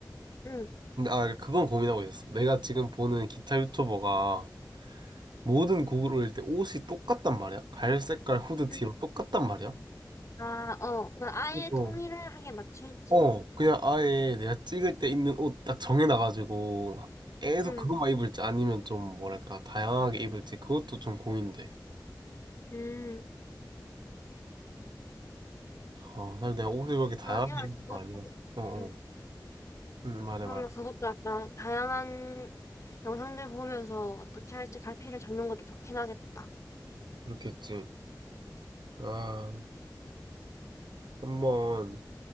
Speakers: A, on the left; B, on the right.
A: 응,
B: 근데 아 그건 고민하고 있었어. 내가 지금 보는 기타 유튜버가 모든 곡을 올릴 때 옷이 똑같단 말이야. 갈 색깔 후드티로
A: 응.
B: 똑같단 말이야.
A: 아, 어. 그냥 아예
B: 그거
A: 통일하게 맞출지.
B: 어, 그냥 아예 내가 찍을 때 입는 옷 딱 정해놔가지고 계속
A: 응,
B: 그것만 입을지 아니면 좀 뭐랄까 다양하게 입을지 그것도 좀 고민돼.
A: 음.
B: 어, 사실 내가 옷을 그렇게 다양하게
A: 그러면
B: 입는
A: 그것도,
B: 거 아니라서. 어, 어.
A: 응.
B: 응, 말해,
A: 그러면
B: 말해.
A: 그것도 약간 다양한 영상들 보면서 어떻게 할지 갈피를 잡는 것도 좋긴 하겠다.
B: 그렇겠지. 아, 한번